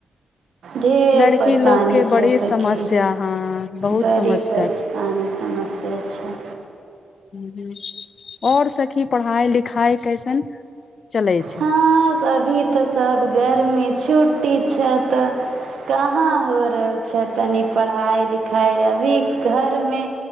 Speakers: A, on the right; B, on the left.
A: ढेर
B: लड़की
A: परेशानी
B: लोग के बड़ी
A: छै सखी
B: समस्या हँ बहुत
A: बड़ी
B: समस्या
A: परेशानी समस्या छै
B: हू आओर सखी पढ़ाइ लिखाइ कैसन चलै छै
A: हँ अभी तऽ सबके गरमी छुटी छै तऽ कहाँ हो रहल छै तनि पढ़ाई लिख खााय लभी घर मे